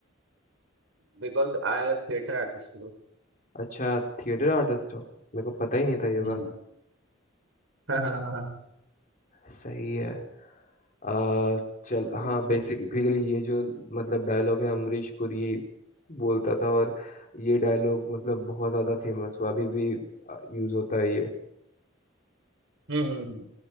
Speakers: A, on the right; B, on the left.
A: Because I am a theatre artist bro
B: अच्छा थिएटर आर्टिस्ट हो मेरे को पता ही नहीं था ये
A: हम्म
B: बात
A: <laughs>
B: सही है आ, चल
A: पूछो
B: हाँ बेसिकली ये जो मतलब डायलॉग है अमरीश पुरी बोलता था और ये डायलॉग मतलब बहुत ज्यादा फेमस हुआ अभी भी यूज होता है ये
A: हम्म हम्म हम्म।